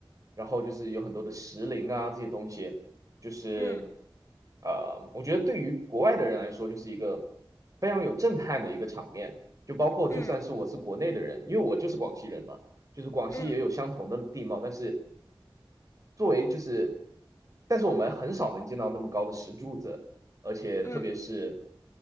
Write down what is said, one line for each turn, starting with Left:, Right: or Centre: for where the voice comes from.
Right: 然后就是有很多的石林啊这些东西，就是
Left: 嗯
Right: 呃，我觉得对于国外的人来说，就是一个非常有震撼的一个场面，就包括就算是我是国内的人，
Left: 嗯
Right: 因为我就是广西人嘛。就是广西也有相同的地貌，
Left: 嗯
Right: 但是作为就是，但是我们很少能见到那么高的石柱子，而且特别是，
Left: 嗯。